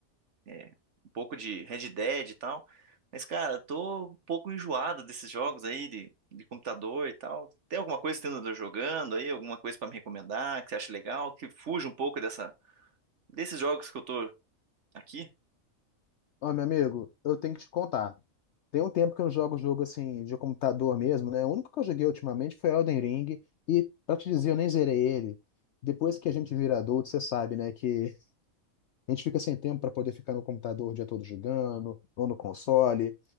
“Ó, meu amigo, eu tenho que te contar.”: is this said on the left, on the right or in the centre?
Left